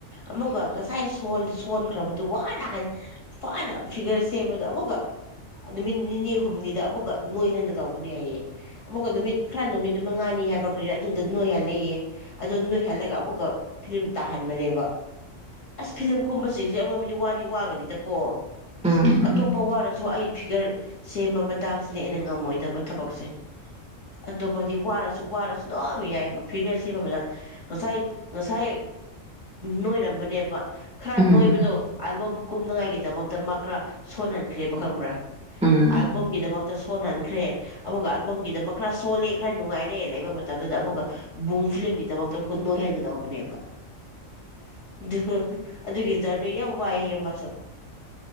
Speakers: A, on the left (about 70°); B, in the centre.
A: ꯑꯃꯨꯛꯀ ꯉꯁꯥꯏ ꯁꯣꯟꯈ꯭ꯔꯕꯗꯨ ꯋꯥꯅ ꯐꯥꯅ ꯐꯤꯒꯔ ꯁꯦꯝꯕꯗꯣ ꯑꯃꯨꯛꯀ ꯅꯨꯃꯤꯠ ꯅꯤꯅꯤ ꯍꯨꯝꯅꯤꯗ ꯑꯃꯨꯛꯀ ꯅꯣꯏꯍꯟꯒꯗꯧꯕꯅꯦ ꯍꯥꯏꯌꯦ ꯑꯃꯨꯛꯀ ꯅꯨꯃꯤꯠ ꯈꯔ ꯅꯨꯃꯤꯠ ꯃꯉꯥꯅꯤ ꯍꯏꯕꯔꯥ ꯀꯔꯤꯔꯥ ꯑꯗꯨꯗ ꯅꯣꯏꯍꯜꯂꯦꯌꯦ ꯑꯗꯨꯗꯣ ꯅꯣꯏꯍꯜꯂꯒ ꯑꯃꯨꯛꯀ ꯐꯤꯂꯝ ꯇꯥꯍꯟꯕꯅꯦꯕ ꯑꯁ ꯐꯤꯂꯝ ꯀꯨꯝꯕꯁꯤꯡꯁꯦ ꯑꯃꯃꯗꯤ ꯋꯥꯗꯤ ꯋꯥꯒꯅꯤꯗꯀꯣ
B: ꯎꯝ
A: ꯑꯇꯣꯞꯄ ꯋꯥꯔꯁꯨ ꯑꯩ ꯐꯤꯒꯔ ꯁꯦꯝꯕ ꯃꯇꯥꯡꯁꯤꯅꯦ ꯑꯩꯅ ꯉꯝꯃꯣꯏꯗꯕ ꯊꯕꯛꯁꯦ ꯑꯇꯣꯞꯄꯗꯤ ꯋꯥꯔꯁꯨ ꯋꯥꯔꯁꯨ ꯑꯗꯨꯝ ꯌꯥꯏꯑꯦꯕ ꯐꯤꯒꯔ ꯁꯦꯝꯕ ꯃꯇꯥꯡ ꯉꯁꯥꯏ ꯉꯁꯥꯏ ꯅꯣꯏꯔꯝꯕꯅꯦꯕ ꯈꯔ ꯅꯣꯏꯕꯗꯣ
B: ꯎꯝ
A: ꯑꯜꯕꯝ ꯀꯨꯝꯅꯉꯥꯏꯒꯤꯗꯃꯛꯇ ꯃꯥ ꯈꯔ ꯁꯣꯟꯍꯟꯈ꯭ꯔꯦꯕ ꯈꯪꯕ꯭ꯔꯥ
B: ꯎꯝ
A: ꯑꯜꯕꯝꯒꯤꯗꯃꯛꯇ ꯁꯣꯟꯍꯟꯈ꯭ꯔꯦ ꯑꯃꯨꯛꯀ ꯑꯜꯕꯝꯒꯤꯗꯃꯛ ꯈꯔ ꯁꯣꯜꯂꯦ ꯈꯔ ꯅꯨꯡꯉꯥꯏꯔꯦ ꯂꯩꯕ ꯃꯇꯝꯗꯨꯗ ꯑꯃꯨꯛꯀ ꯕꯨꯡ ꯐꯤꯂꯝꯒꯤꯗꯃꯛꯇ ꯑꯃꯨꯛ ꯅꯣꯏꯍꯟꯒꯗꯧꯕꯅꯦꯕ <unintelligible> ꯖꯔꯅꯤ ꯌꯥꯝ ꯋꯥꯏꯑꯦ ꯃꯥꯁꯨ